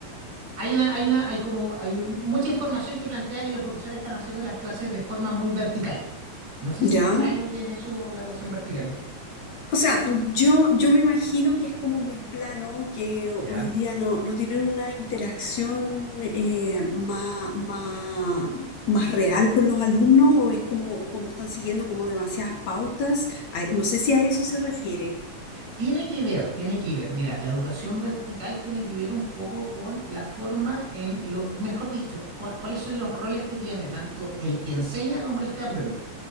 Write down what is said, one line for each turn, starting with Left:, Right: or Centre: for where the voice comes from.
Right: hay una, hay una, hay como, hay un- mucha información que plantea que los profesores están haciendo las clases de forma muy vertical. No sé
Left: Ya.
Right: si tú sabes lo que es eso, la educación vertical.
Left: O sea, yo, yo me imagino que es como muy plano, que ho-
Right: ¿Ya?
Left: hoy día no, no tienen una interacción eh, más, más, más real con los alumnos o es como, como están siguiendo como demasiadas pautas. Ay, no sé si a eso se refiere.
Right: Tiene que ver, tiene que ver. Mira, la educación vertical tiene que ver un poco con la forma en lo, mejor dicho, cua- cuáles son los roles que tiene tanto el que enseña como el que aprende.